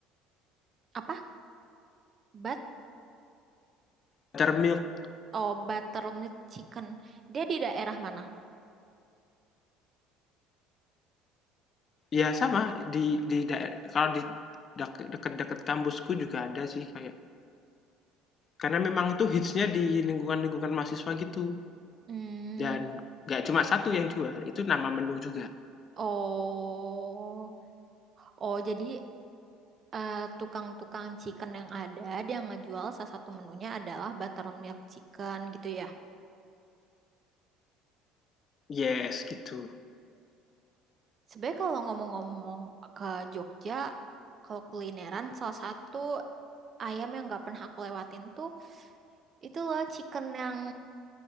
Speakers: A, on the right (about 35°); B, on the left (about 40°).
A: apa but
B: Buttermilk,
A: oh buttermilk chicken dia di daerah mana
B: ya sama di di kalau di deket-deket kampusku juga ada sih kayak karena memang itu hitsnya di lingkungan-lingkungan mahasiswa gitu,
A: hmm
B: dan nggak cuma satu yang jual, itu nama menu juga.
A: Oh, oh jadi eh, tukang-tukang chicken yang ada dia ngejual salah satu menunya adalah buttermilk chicken gitu ya.
B: Yes, gitu.
A: Sebenarnya kalau ngomong-ngomong ke Jogja, kalau kulineran salah satu ayam yang nggak pernah aku lewatin tuh itu loh chicken yang